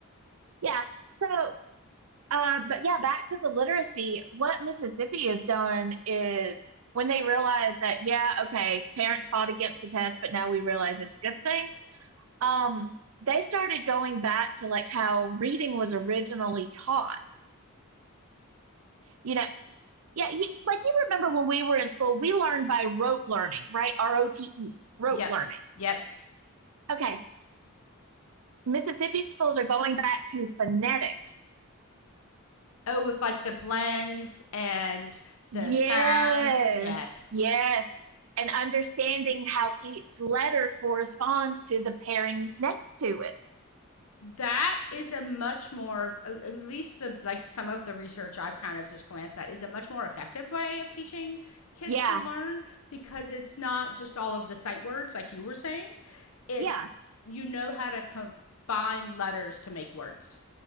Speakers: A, on the right (about 70°); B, on the left (about 75°).
A: Yeah, so, uh, but yeah, back to the literacy, what Mississippi has done is when they realize that, yeah, okay, parents fought against the test, but now we realize it's a good thing. Um, they started going back to like how reading was originally taught you know, Yeah, you, like you remember when we were in school, we learned by rote learning, right? R O T E, rote
B: Yep,
A: learning.
B: yep.
A: Okay, Mississippi schools are going back to phonetics.
B: Oh, with like the blends and the
A: Yes,
B: sounds. Yes.
A: yes. And understanding how each letter corresponds to the pairing next to it.
B: that is a much more at least the like some of the research i've kind of just glanced at is a much more effective way of teaching kids
A: Yeah,
B: to learn because it's not just all of the sight words like you were saying it's
A: yeah.
B: you know how to combine letters to make words